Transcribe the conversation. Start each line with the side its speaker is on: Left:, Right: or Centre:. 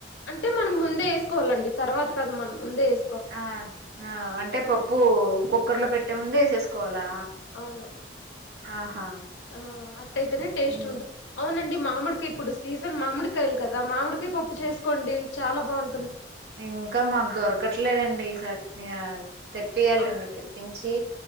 Left: అంటే మనం ముందే ఏస్ కోవాలండి తర్వాత కాదు మనం ముందే ఏస్
Right: ఆ ఆ అంటే పప్పు కుక్కర్ లో పెట్టే ముందే ఎసేసుకోవాలా
Left: అవును
Right: అ ఆహా
Left: ఆ అట్టయితేనే టేస్ట్
Right: ఉమ్.
Left: ఉంటద్ అవునండి డి మామిడికాయ్ ఇప్పుడు సీజన్ మామిడికాయలు కదా మామిడికాయ్ పప్పు చేసుకోండి చాలా బావుం
Right: ఇంకా మాకు దొరకట్లేదండి ఈ సట్ని ఆ తెప్పియాలండి
Left: అవును
Right: తెప్పించి